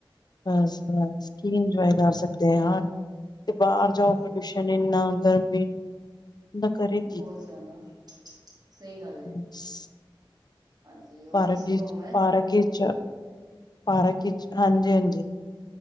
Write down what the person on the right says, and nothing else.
ਹੋਰ
ਬਹੁਤ ਜ਼ਿਆਦਾ। ਸਹੀ ਗੱਲ ਹੈ
ਹਾਂਜੀ ਹੋਰ
ਤੁਸੀਂ
ਘੁੰਮ ਆਏ